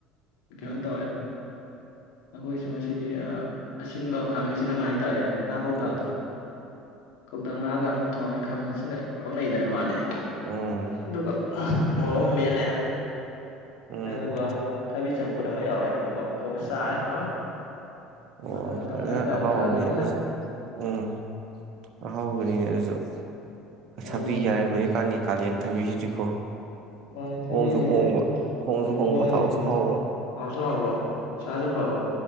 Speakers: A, on the left (about 60°); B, on the right (about 45°).
A: ꯀꯩꯅꯣ
B: ꯎꯝ
A: ꯇꯧꯔꯦ ꯑꯩꯈꯣꯏꯒꯤꯁꯨ ꯉꯁꯤꯗꯤ ꯑꯁꯤꯟꯕ ꯈꯥꯃꯦꯟ ꯑꯁꯤꯟ ꯑꯃ ꯍꯥꯏꯇꯥꯥꯔꯦ ꯉꯥ ꯀꯧꯇꯥꯛ
B: ꯎꯝ
A: ꯑꯗꯣ ꯀꯧꯇꯥꯛ ꯉꯥꯒ ꯊꯣꯡꯉꯦ ꯈꯥꯃꯤꯁꯤꯟꯒꯦ ꯄꯛꯅꯩꯗꯅ ꯃꯥꯗꯤ
B: ꯎꯝ
A: ꯑꯗꯨꯒ ꯑ ꯃꯣꯔꯣꯡ ꯃꯦꯠꯂꯦ
B: ꯎꯝ
A: ꯍꯗꯨꯀ ꯊꯥꯕꯤ ꯆꯝ ꯈꯨꯨꯠ ꯑꯃ ꯌꯥꯎꯔꯦ ꯑꯗꯨꯒ ꯇꯧꯔ ꯆꯥꯔꯦ
B: ꯎꯝ
A: ꯍꯥꯎꯔꯦ
B: ꯑꯣ
A: ꯃꯇꯝ ꯃꯇꯝꯒꯤ
B: ꯐꯖꯅ
A: ꯍꯥꯏꯇꯥꯔꯦ
B: ꯑꯍꯥꯎꯕꯅꯤ
A: ꯀꯥꯂꯦꯟꯅꯤꯅ
B: ꯑꯗꯨꯁꯨ ꯎꯝ ꯑꯍꯥꯎꯒꯅꯤꯅꯦ ꯑꯗꯨꯁꯨ ꯀ
A: ꯃꯥꯅꯤ
B: ꯊꯥ ꯄꯤ
A: ꯃꯥꯅꯤ
B: ꯌꯥꯔꯦ ꯍꯣꯏ ꯀꯥꯅꯤ ꯀꯥꯂ ꯌꯦꯟ ꯊꯕꯤꯁꯤꯗꯤꯀꯣ
A: ꯃꯥꯅꯤ ꯊꯥꯕꯤ
B: ꯍꯣꯡꯁꯨ
A: ꯍꯧꯖꯤꯛ
B: ꯍꯣꯡꯕ
A: ꯂꯪ
B: ꯍꯣꯡꯁꯨ ꯍꯣꯡꯕ
A: ꯍꯣꯡꯉꯦ
B: ꯍꯥꯎꯁꯨ
A: ꯍꯧꯖꯤꯛꯗ
B: ꯍꯥꯎꯕ
A: ꯍꯥꯎꯁꯨ ꯍꯥꯎꯕ ꯏꯁꯥꯖꯨ ꯐꯕꯥ